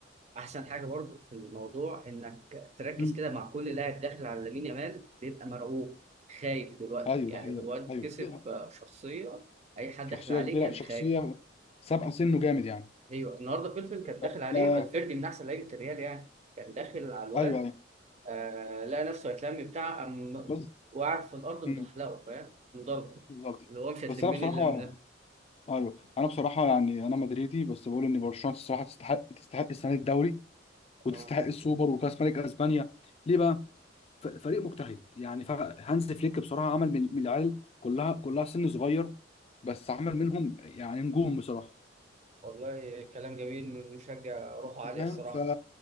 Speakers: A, on the right; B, on the left.
A: احسن حاجه برضو في الموضوع انك تركز
B: مم.
A: كده مع كل لاعب داخل على لامين يامال بيبقى مرعوب خايف دلوقتي
B: ايوه
A: يعني
B: ده حقيقة
A: الواد
B: ايوه
A: كسب
B: إيه،
A: آه، شخصيه اي حد
B: شخصيه
A: داخل عليه
B: كبيره
A: كان
B: شخصيه
A: خايف
B: سابقه سنه جامد يعني
A: ايوه النهارده فلفل كان داخل
B: طب
A: عليه
B: آه،
A: فالفيردي من احسن لعيبه الريال يعني كان داخل على الواد
B: ايوه ايوه
A: آه لقى نفسه هيتلم بتاع قام
B: بس
A: وقعد في الأرض متحلقه
B: مم،
A: فاهم قام ضربه
B: بالظبط
A: اللي هو مش هتلمني
B: بس انا بصراحه
A: اللم ده
B: ايوه انا بصراحه يعني انا مدريدي بس بقول ان برشلونه الصراحه تستحق تستحق السنه دي الدوري وتستحق
A: آه.
B: السوبر وكاس ملك اسبانيا ليه بقى ف- فريق مجتهد يعني ف- هانز فليك بصراحه عمل من من العيال كلها كلها سن صغير بس عمل منهم يعني نجوم بصراحه
A: والله كلام جميل من مشجع روحه
B: أنت
A: عالية
B: فاهم
A: الصراحة
B: ف